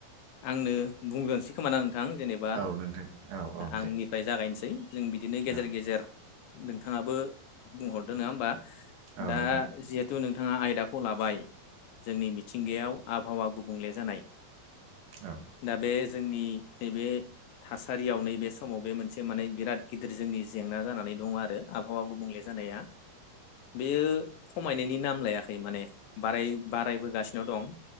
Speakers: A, on the left (about 75°); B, on the right (about 65°).
A: आंनो बुंग्रोनोसै खोमा आं नोंथां जेनेबा
B: औ नोंथां औ औ दे
A: आंनिफ्राय जागायनोसै जों बिदिनो गेजेर
B: औ
A: गेजेर नोंथाङाबो बुंहरदो नङा होमबा
B: औ
A: दा
B: नोंथां
A: जिहेथु नोंथाङा आयदाखौ लाबाय जोंनि मिथिंगायाव आबहावा गुबुंले जानाय
B: औ
A: दा बे जोंनि नैबे थासारियाव नै बे समाव बे मोनसे माने बिराद गिदिर जोंनि जेंना जानानै दङ आरो आबहावा गुबुंले होनाया बेयो खमायनायनि नाम लायाखै माने बाराय बारायबोगासिनो दं